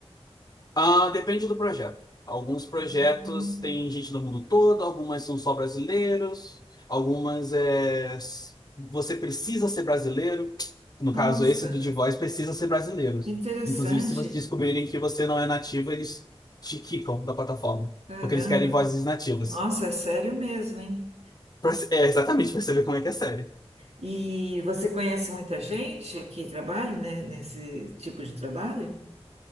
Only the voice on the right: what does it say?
Hum,
Nossa,
que interessante.
Caramba.
Nossa, é sério mesmo, hein?
E você conhece muita gente que trabalha, né, nesse tipo de trabalho?